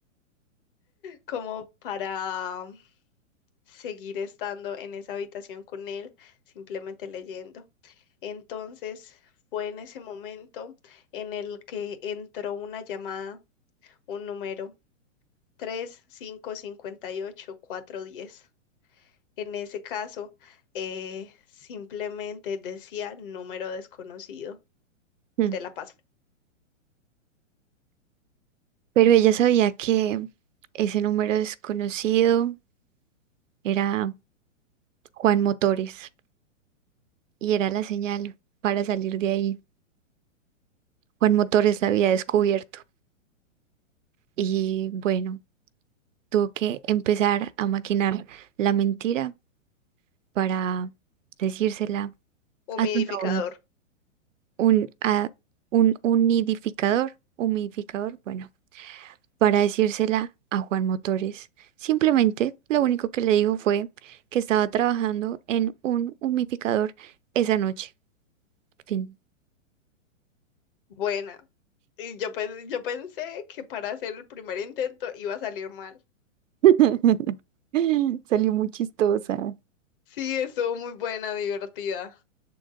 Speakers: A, on the left; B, on the right.
A: como para seguir estando en esa habitación con él, simplemente leyendo. Entonces fue en ese momento en el que entró una llamada, un número tres cinco cincuenta y ocho cuatro diez En ese caso, eh, simplemente decía número desconocido,
B: Mm.
A: te la paso.
B: Pero ella sabía que ese número desconocido era Juan Motores. y era la señal para salir de ahí. Juan Motores la había descubierto y bueno, tuvo que empezar a maquinar la mentira para decírsela
A: Humidificador,
B: a su novio, un, a, un unidificador, humidificador, bueno, para decírsela a Juan Motores. Simplemente lo único que le dijo fue que estaba trabajando en un humidificador esa noche. Fin.
A: buena. Y yo, pe- yo pensé que para hacer el primer intento iba a salir mal.
B: <laughs> Salió muy chistosa.
A: Sí, estuvo muy buena, divertida.